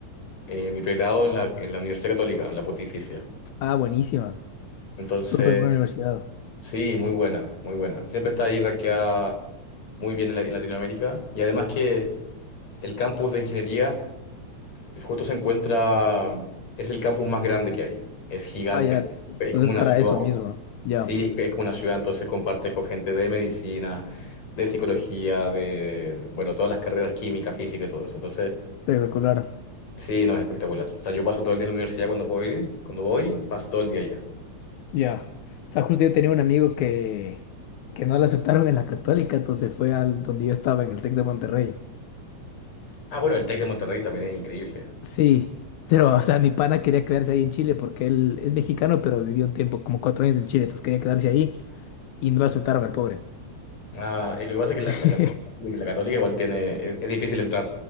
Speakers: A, on the left (about 65°); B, on the left (about 85°).
A: eh, mi pregrado en la, en la Universidad Católica, en la Pontificia.
B: Ah, buenísima.
A: Entonces,
B: Súper buena universidad.
A: sí, muy buena, muy buena. Siempre está ahí rankeada muy bien en, la- en Latinoamérica. Y además que el campus de ingeniería justo se encuentra, es el campus más grande que hay. Es gigante.
B: Ah, ya. Entonces,
A: Es como una
B: para
A: ciudad.
B: eso mismo. Ya,
A: Sí, es como una ciudad. Entonces compartes con gente de medicina, de psicología, de, bueno, todas las carreras química, física y todo eso. Entonces...
B: espectacular.
A: Sí, no, es espectacular. O sea, yo paso todo el día en la universidad cuando puedo ir, cuando voy, paso todo el día allá.
B: Ya. O sea, justo yo tenía un amigo que, que no lo aceptaron en la Católica, entonces fue al donde yo estaba, en el Tec de Monterrey.
A: Ah, bueno, el Tec de Monterrey también es increíble.
B: Sí, pero, o sea, mi pana quería quedarse ahí en Chile porque él es mexicano, pero vivió un tiempo, como cuatro años en Chile, entonces quería quedarse ahí y no lo aceptaron al pobre.
A: Ah, eh, lo que pasa es que la,
B: <laughs>
A: la- la Católica igual tiene, es, es difícil entrar,